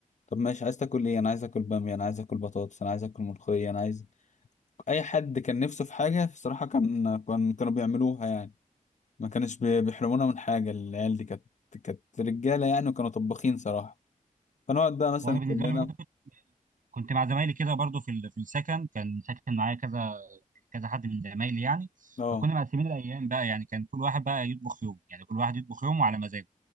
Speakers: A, on the left (about 55°); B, on the right (about 70°).
A: طب ماشي عايز تاكل ايه انا عايز اكل باميه انا عايز اكل بطاطس انا عايز اكل ملوخيه انا عايز اي حد كان نفسه في حاجه بصراحه كان كان كانوا بيعملوها يعني ما كانش بي- بيحرمونا من حاجه العيال دي كانت كانت رجاله يعني وكانوا طباخين صراحه فنقعد بقى مثلا
B: وانا بالنسبه
A: كلنا
B: لي برضه كنت مع زمايلي كده برضو في ال- في السكن كان ساكن معايا كذا كذا حد من زمايلي يعني
A: اه
B: فكنا مقسمين الايام بقى يعني كان كل واحد بقى يطبخ يوم يعني كل واحد يطبخ يومه على مزاجه